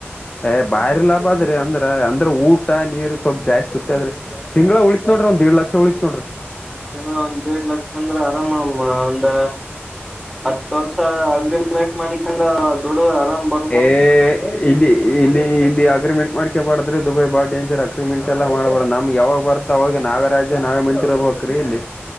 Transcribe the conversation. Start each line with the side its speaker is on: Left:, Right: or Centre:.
Left: ಹೇ ಬಾರಿ ಲಾಭ ಆದದ್ರಿ ಅಂದ್ರ ಅಂದ್ರ ಊಟ ನೀರ್ ಸ್ವಲ್ಪ್ ಜಾಸ್ತಿ ತುಟ್ಟಿ ಆದ್ರಿ. ತಿಂಗಳ ಉಳಿತದ ನೋಡ್ರಿ ಒಂದ್ಡಿಡ್ ಲಕ್ಷ ಉಳಿತ್ ನೋಡ್ರಿ.
Centre: ದಿನ ಒಂದುದೀಡಲಕ್ಷ ಅಂದ್ರ ಆರಾಮ್ಮ ಒಂದ. ಹತ್ತು ವರ್ಷ ಅಗ್ರಿಮೆಂಟ್ ಮಾಡಿಕೊಂಡ ದುಡಿದ ಆರಾಮ್ ಬರ.
Left: ಏ ಇಲ್ಲಿ. ಇಲ್ಲಿ ಇಲ್ಲಿ ಅಗ್ರಿಮೆಂಟ್ ಮಾಡ್ಕ ಬಬಾರ್ದ್ರೆ ದುಬೈ ಬಾಳ ಡಂಜರ್ ಅಗ್ರಿಮೆಂಟ್ ಎಲ್ಲ ಮಾಡಬಾರ್ದ ನಮಗೆ ಯಾವಾಗ ಬತ. ಹಾಗ ನಾವೇ ರಾಜ್ಯ ನಾವೇ ಮಂತ್ರಿ ಇರ್ಬೇಕ್ರೀ ಇಲ್ಲಿ.